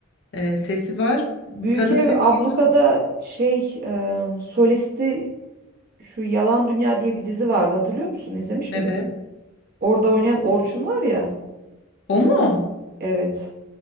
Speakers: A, on the left (about 60°); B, on the right (about 50°).
A: Ee, sesi var.
B: Büyük
A: Kadın
B: Ev
A: sesi
B: Abluka'da
A: gibi.
B: şey e, solisti Şu Yalan Dünya diye bir dizi vardı hatırlıyor musun? İzlemiş
A: Evet.
B: miydin? Orada oynayan Orçun var ya.
A: O mu?
B: Evet.